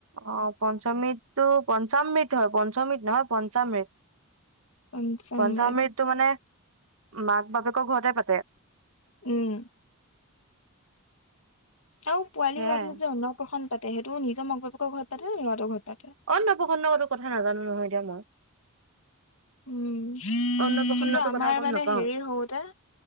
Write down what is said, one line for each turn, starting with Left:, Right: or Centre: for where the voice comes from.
Right: অ পঞ্চমৃতটো পঞ্চামৃত হয় পঞ্চমত নহয় পঞ্চামৃত।
Left: পঞ্চমৃত
Right: পঞ্চমিটো ইয়াৰ মানে মাক বাপেকৰ ঘৰতে পাতে
Left: উম আৰু পোৱালি
Right: সেয়াই
Left: হোৱাৰ পিছত যে অন্নপ্ৰসন পাতে সেইটো নিজৰ ম বাপেকৰ ঘৰত পাতে ন লৰাৰ ঘৰত পাতে
Right: অনপ্ৰসন্ন কতো কথা নাজানো নহয় এতিয়া মই
Left: উম। কিন্তু
Right: অন্নপ্ৰসন্নটো
Left: আমাৰ
Right: কথা গম
Left: মানে
Right: নাপাও
Left: হেৰিৰ হওঁতে।